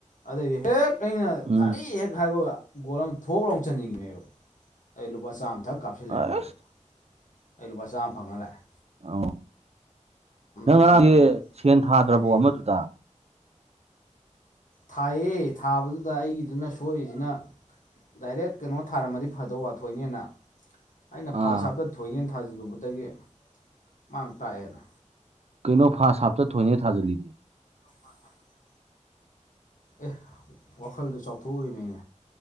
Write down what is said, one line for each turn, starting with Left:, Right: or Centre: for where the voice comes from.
Left: ꯑꯗꯨꯗꯩ ꯍꯦꯛ ꯑꯩꯅ
Right: ꯎꯝ
Left: ꯊꯥꯔꯤ ꯍꯦꯛ ꯍꯥꯏꯕꯒ ꯒꯣꯜ ꯑꯃ ꯊꯣꯛ ꯂꯧꯅ ꯆꯟꯁꯤꯟꯕꯅꯦꯕ ꯑꯩ ꯂꯨꯄꯥ ꯆꯥꯝꯃ ꯊꯛ ꯀꯥꯞꯁꯤꯜꯂꯛꯑꯦ
Right: ꯑꯩꯁ
Left: ꯑꯩꯉꯣꯟꯗ ꯑꯩ ꯂꯨꯄꯥ ꯆꯝꯃ ꯐꯪꯉꯥ ꯂꯛꯌꯦ
Right: ꯑꯣ ꯅꯪ
Left: ꯅꯨꯡꯉꯥꯏꯅ
Right: ꯉꯔꯥꯡꯒꯤ ꯁꯦꯟ ꯊꯥꯗ꯭ꯔꯕꯣ
Left: ꯍꯥꯏꯗꯤ
Right: ꯑꯃꯗꯨꯗ
Left: ꯊꯥꯏꯌꯦ ꯊꯥꯕꯗꯨꯗ ꯑꯩꯒꯤꯗꯨꯅ ꯁꯣꯏꯔꯤꯁꯤꯅ ꯗꯥꯏꯔꯦꯛ ꯀꯩꯅꯣ ꯊꯥꯔꯝꯃꯗꯤ ꯐꯗꯧꯕꯥ ꯊꯣꯏꯅꯦꯅ ꯑꯩꯅ
Right: ꯑꯥ
Left: ꯐꯥꯔꯁ ꯍꯥꯞꯇ ꯊꯣꯏꯅꯤꯅ ꯊꯥꯖꯤꯜꯂꯨꯕꯗꯒꯤ ꯃꯥꯡ ꯇꯥꯛꯑꯦꯅ
Right: ꯀꯩꯅꯣ ꯐꯥꯔꯁ ꯍꯥꯐꯇ ꯊꯣꯏꯅꯤ ꯊꯥꯖꯤꯜꯂꯤꯗꯤ
Left: ꯃꯥ <unintelligible> ꯑꯦ ꯋꯥꯈꯜꯗꯨ ꯆꯥꯎꯊꯣꯛꯎꯅꯦ